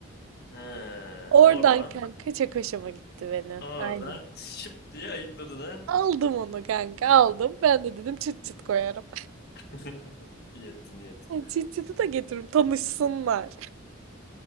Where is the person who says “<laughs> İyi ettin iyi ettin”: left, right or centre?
Left